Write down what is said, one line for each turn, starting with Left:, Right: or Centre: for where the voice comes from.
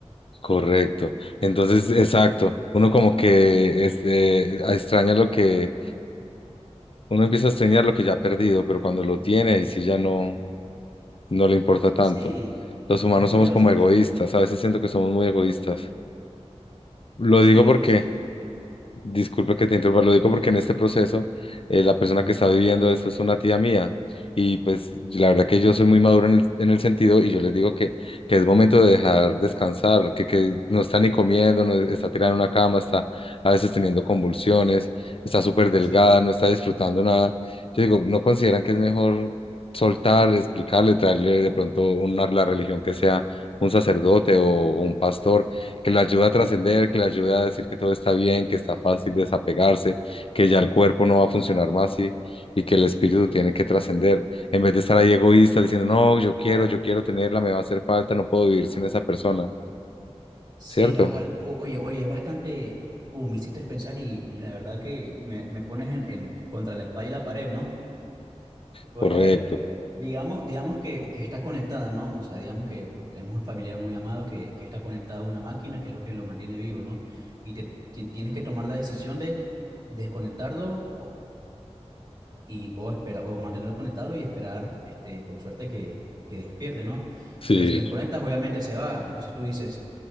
Left: Correcto. Entonces, exacto. Uno como que este, extraña lo que, uno empieza a extrañar lo que ya ha perdido, pero cuando lo tiene, ahí sí ya no, no le importa tanto.
Right: Sí,
Left: Los humanos
Right: es curioso
Left: somos como egoístas,
Right: eso.
Left: a veces siento que somos muy egoístas. Lo
Right: Sí,
Left: digo
Right: yo,
Left: porque
Right: yo sí, lo,
Left: Disculpe que te interrumpa, lo digo porque en este proceso eh, la persona que está viviendo esto es una tía mía y pues yo- la verdad que yo soy muy maduro en el, en el sentido y yo les digo que, que es momento de dejar descansar, que, que no está ni comiendo, no está tirada en una cama, está a veces teniendo convulsiones, está súper delgada,
Right: sí.
Left: no está disfrutando nada. Yo digo, ¿no consideran que es mejor soltar, explicarle, traerle de pronto una, la religión que sea un sacerdote o un pastor? que le ayuda a trascender, que le ayuda a decir que todo está bien, que está fácil desapegarse, que ya el cuerpo no va a funcionar más y, y que el espíritu tiene que trascender. En vez de estar ahí egoísta diciendo, no, yo quiero, yo quiero tenerla, me va a hacer falta, no puedo vivir sin esa persona,
Right: Sí,
Left: ¿cierto?
Right: tal cual. Oye, oye, es bastante. Uh, me hiciste pensar y, y la verdad que me, me pones en, en- contra la espada y la pared, ¿no? Porque,
Left: Correcto.
Right: a ver, digamos, digamos que, que está conectada, ¿no? O sea, digamos que uh, tenemos un familiar muy amado que, que está conectado a una máquina, que es lo que lo mantiene vivo, ¿no? Y te, ti- tienes que tomar la decisión de desconectarlo y o espera o mantenerlo conectado y esperar este con suerte que, que despierte, ¿no?
Left: Sí,
Right: Pero si lo desconectas, obviamente se va. Entonces tú dices,